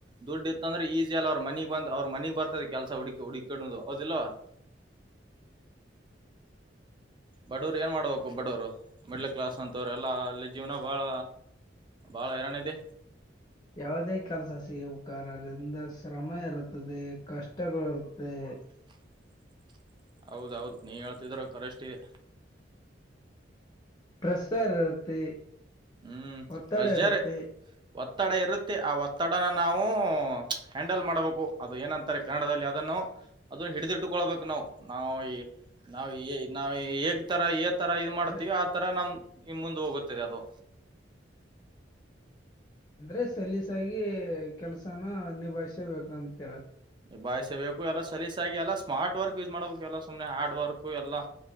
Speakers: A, on the right; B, on the left.
A: ದುಡ್ ಇತ್ತ ಅಂದ್ರೆ ಈಜಿ ಅಲ್ಲಿ ಅವ್ರ ಮನಗ್ ಬಂದ್ ಅವ್ರ ಮನಗ್ ಬರ್ತದೆ ಕೆಲಸ ಹು ಹುಡಕಡುದು ಹೌದಿಲ್ವಾ <inaudible> ಬಡವರು ಏನು ಮಾಡಬೇಕು ಬಡವರು ಮಿಡ್ಲ್ ಕ್ಲಾಸ್ ಅಂತವ್ರು ಎಲ್ಲ ಅಲ್ಲಿ ಜೀವನ ಭಾಳ ಬಾಳ ಹೈರಾಣ ಇದೆ
B: ಯಾವುದೇ ಕೆಲಸ ಸಿಗುವ ಕಾರ್ರಂದ ಶ್ರಮ ಇರುತ್ತದೆ ಕಷ್ಟಗಳು ಇರುತ್ತದೆ
A: <inaudible> ಹೌದೌದು ನೀ ಹೇಳ್ತಿದ್ರ ಕರೆಷ್ಟಿದೆ
B: ಪ್ರೆಸರ್ ರತ್ತು
A: ಹ್ಮ್
B: ಒತ್ತಡ
A: ಪ್ರೆಷರ್
B: ರತ್ತು
A: ಒತ್ತಡ ಇರುತ್ತೆ ಆ ಒತ್ತಡನ ನಾವು ಹ್ಯಾಂಡಲ್ ಮಾಡ್ಬೇಕು ಅದು ಏನಂತಾರೆ ಕನ್ನಡದಲ್ಲಿ ಅದನ್ನು ಅದನ್ ಹಿಡ್ದಿಟ್ಟಕೊಳ್ಬೇಕು ನಾವು ನಾವವು ನಾವ್ ನಾವವು ಹೇಗ್ ತರ ತರ ಇ
B: ಅಂದ್ರೆ
A: ಮಾಡ್ತೀವಿ ಆ ತರ ನಮ್ ನಿಮ ಮುಂದೆ ಹೋಗುತ್ತದೆ ಅದು
B: ಅಂದ್ರೆ ಸಲೀಸಾಗಿ ಕೆಲ್ಸನ ನಿಭಾಯ್ಸಬೇಕಂತ ಹೇಳ್ರ
A: ಬಾಯಿಸಬೇಕು ಎಲ್ಲ ಸಲೀಸಾಗಿ ಎಲ್ಲ ಸ್ಮಾರ್ಟ್ ವರ್ಕ್ ಯೂಸ್ ಮಾಡ್ಬೇಕು ಎಲ್ಲ ಸುಮ್ನೆ ಹಾರ್ಡ್ ವರ್ಕ್ ಎಲ್ಲಾ